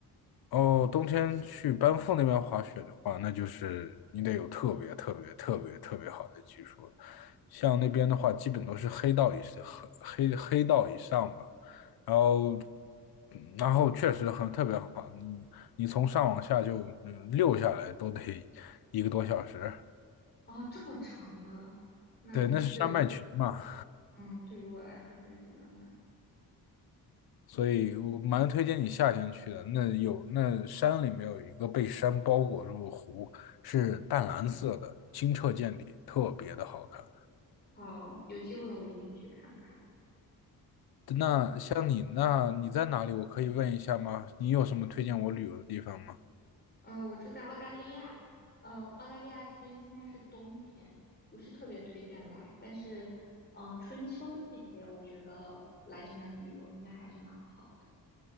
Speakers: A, on the left (about 75°); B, on the left (about 25°).
A: 哦，冬天去班夫那边滑雪的话，那就是你得有特别特别特别特别好的技术了。像那边的话，基本都是黑道以上，黑黑黑道以上吧。然后，嗯然后确实很特别好，你你从上往下就嗯溜下来都得一个多小时。
B: 哦，这么长的，那对，
A: 对，那是山脉群嘛。
B: 嗯，对于我来说还是比较难。
A: 所以我蛮推荐你夏天去的。那有那山里面有一个被山包裹住的湖，是淡蓝色的，清澈见底，特别的好看。
B: 好，有机会我一定去看看。
A: 那像你，那你在哪里？我可以问一下吗？你有什么推荐我旅游的地方吗？
B: 呃，我住在澳大利亚，呃，澳大利亚这边现在是冬天，不是特别推荐来，但是，呃，春秋季节我觉得来这边旅游应该还是蛮好的。